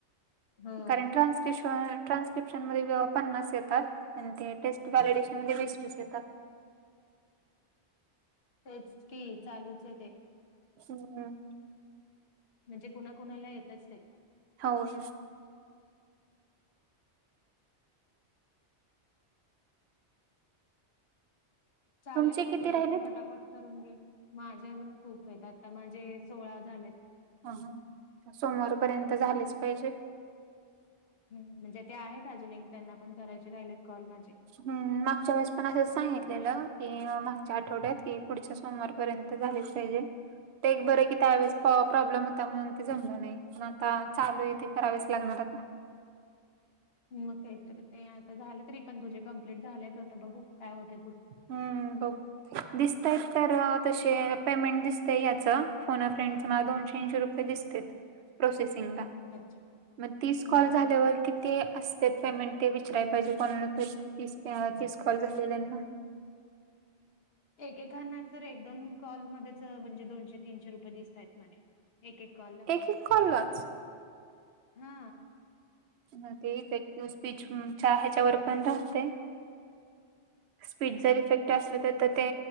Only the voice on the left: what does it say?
हो
तेच की चालूच आहे. ते
म्हणजे कुणा कुणाला येतच ते
चालेल
मग
तुझे
पण पटापट करून घे. माझे अजून खूप आहेत. आता माझे सोळा झालेत
ह म्हणजे ते आहेत अजून एक त्यांना पण करायचे राहिलेत कॉल माझे.
मग काय तर ते आता झालं तरी पण तुझे कंप्लीट झालेत आता बघू काय होत.
अच्छा
हा
एकेकांना तर एक दोन कॉलमध्येच म्हणजे दोनशे तीनशे रुपये दिसतायत म्हणे एक एक कॉल ला पण
हा